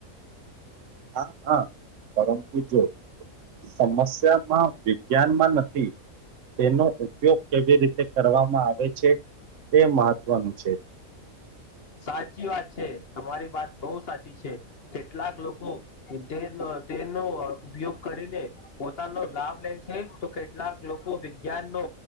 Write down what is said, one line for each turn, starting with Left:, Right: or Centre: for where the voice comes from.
Right: હા હા પરમ ત જો સમસ્યામાં વિજ્ઞાનમાં નથી તેનો ઉપયોગ કેવી રીતે કરવામાં આવે છે તે મહત્વનું છે
Left: સાચી વાત છે તમારી વાત બહુ સાચી છે કેટલાક લોકો ઉતે તેનોો ઉપયોગ કરીને પોતાનો લાભ લે છે તો કેટલાક લોકો વિજ્ઞાન નો